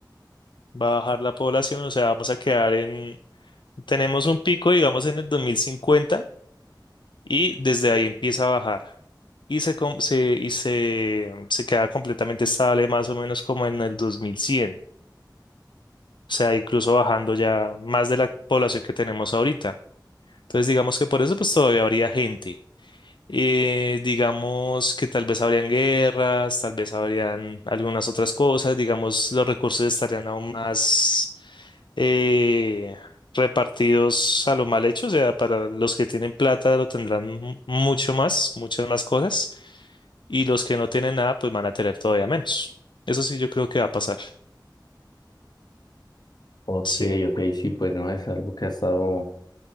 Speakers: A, on the left (about 80°); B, on the left (about 60°).
A: va a bajar la población, o sea, vamos a quedar en, tenemos un pico, digamos, en el 2050, y desde ahí empieza a bajar. Y se, com- se- y se, se queda completamente estable más o menos como en el 2100. sea, incluso bajando ya más de la población que tenemos ahorita. Entonces, digamos que por eso pues todavía habría gente. Eh, digamos que tal vez habrían guerras, tal vez habrían algunas otras cosas, digamos los recursos estarían aún más eh, repartidos a lo mal hecho, o sea, para los que tienen plata lo tendrán mu- mucho más, muchas más cosas, y los que no tienen nada pues van a tener todavía menos. Eso sí yo creo que va a pasar.
B: Ok,
A: Sí.
B: ok, sí, pues no es algo que ha estado,